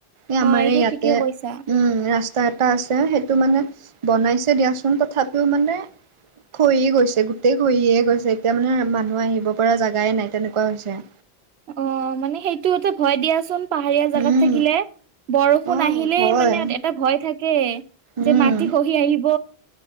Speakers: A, on the right (about 35°); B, on the right (about 80°).
A: এই
B: হয়
A: আমাৰে
B: এইটো
A: ইয়াতে
B: ঠিকে কৈছা
A: উম ৰাস্তা এটা আছে সেইটো মানে বনাইছে দিয়াচোন তথাপিও মানে, খঢ়ি গৈছে গোটেই খঢ়ি গৈছে এতিয়া মানে মানুহ আহিব পৰা জেগাই নাই তেনেকুৱা হৈছে।
B: অ মানে সেইটো এটা ভয় দিয়াচোন। পাহাৰীয়া জেগাত
A: উম
B: থাকিলে বৰষুণ
A: অ'
B: আহিলেই
A: ভয়
B: মানে এটা ভয় থাকেই। যে
A: উম
B: মাটি খহি আহিব।